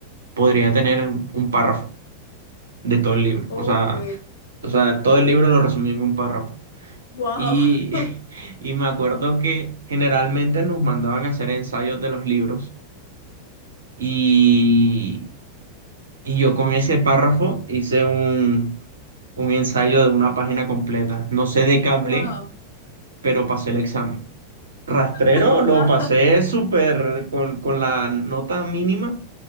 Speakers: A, on the right; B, on the left.
A: podría tener un párrafo de todo el libro.
B: Ok.
A: O sea, o sea, todo el libro lo resumí en un párrafo.
B: Wow.
A: Y,
B: <laughs>
A: <laughs> y me acuerdo que generalmente nos mandaban a hacer ensayos de los libros y, y yo con ese párrafo hice un, un ensayo de una página completa. No sé de qué hablé,
B: Wow.
A: pero pasé el examen. Rastrero
B: <laughs>
A: lo
B: Wow.
A: pasé súper con, con la nota mínima,